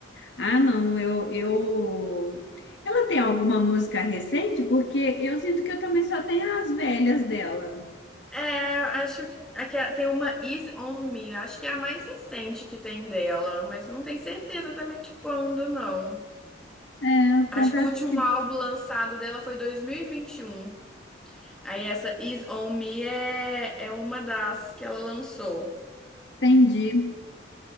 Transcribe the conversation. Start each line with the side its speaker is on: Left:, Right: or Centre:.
Left: Ah, não, eu, eu... Ela tem alguma música recente? Porque eu sinto que eu também só tenho as velhas dela.
Centre: É, acho que aquela- tem uma Is On Me, acho que é a mais recente que tem dela, mas não tenho certeza também de quando, não.
Left: Eu
Centre: Acho
Left: confesso
Centre: que o último
Left: que
Centre: álbum lançado dela foi 2021. Aí essa Is On Me é, é uma das que ela lançou.
Left: entendi.